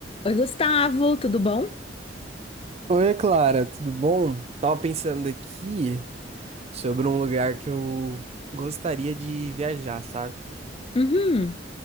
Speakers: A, on the left; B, on the right.
A: Oi, Gustavo, tudo bom?
B: Oi, Clara, tudo bom? Tava pensando aqui sobre um lugar que eu gostaria de viajar, sabe?
A: Uhum.